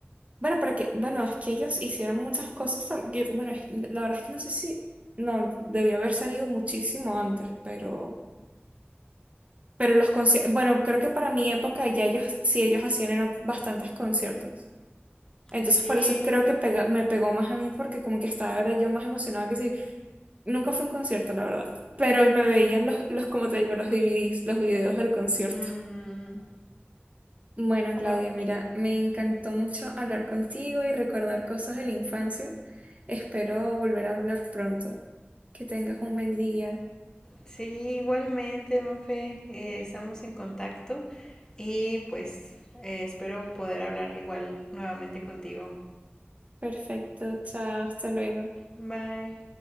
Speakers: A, on the right; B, on the left.
A: Bueno, porque, bueno, es que ellos hicieron muchas cosas. tan- que- Bueno, es- la verdad es que no sé si. No, debió haber salido muchísimo antes, pero. Pero los conciertos. Bueno, creo que para mi época ya ellos, sí, ellos hacían eran bastantes conciertos. Entonces
B: Sí.
A: por eso creo que pega- me pegó más a mí porque como que estaba era yo más emocionada que si nunca fue un concierto, la verdad. Pero me veían los, los, como te digo, los DVDs, los videos del concierto.
B: mm,
A: Bueno,
B: ahora-
A: Claudia, mira, me encantó mucho hablar contigo y recordar cosas de la infancia. Espero volver a hablar pronto. Que tengas un buen día.
B: sí, igualmente, Mafe. eh, estamos en contacto y pues eh, espero poder hablar igual nuevamente contigo.
A: Perfecto, chao, hasta luego.
B: Bye.